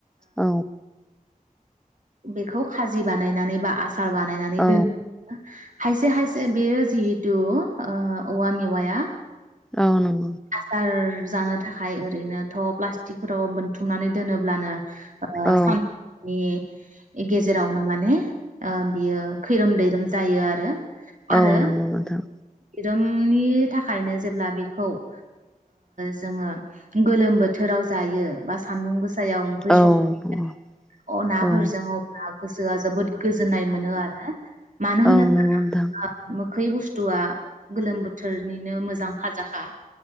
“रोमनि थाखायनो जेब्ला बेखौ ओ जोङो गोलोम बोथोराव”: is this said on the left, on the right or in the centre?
Right